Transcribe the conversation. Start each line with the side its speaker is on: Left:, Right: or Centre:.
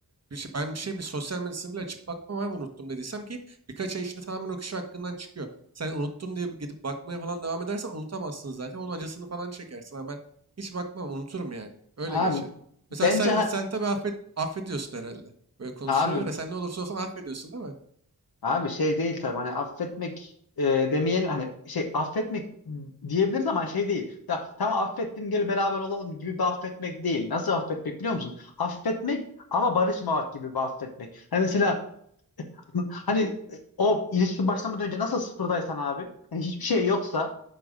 Right: bir şey ben bir şey bir sosyal medyasını bile açıp bakmam abi unuttum dediysem ki birkaç ay içinde tamamen o kişi hakkından çıkıyor. Sen unuttum diye gidip bakmaya falan devam edersen unutamazsın zaten. Onun acısını falan çekersin. Ama ben hiç bakmam unuturum yani. Öyle
Left: Abi
Right: geçer. Mesela
Left: Bence
Right: sen
Left: ha-
Right: sen tabii affet, affediyorsun herhalde. Böyle konuştuğuna
Left: abi
Right: göre sen ne olursa olsun affediyorsun değil mi?
Left: abi şey değil tabii hani affetmek e, demeyelim hani şey affetmek diyebiliriz ama şey değil. Ta, tamam affettim gel beraber olalım gibi bir affetmek değil. Nasıl affetmek biliyor musun? Affetmek ama barışmamak gibi bir affetmek. Hani mesela hani e, o ilişki başlamadan önce nasıl sıfırdaysan abi hani hiçbir şey yoksa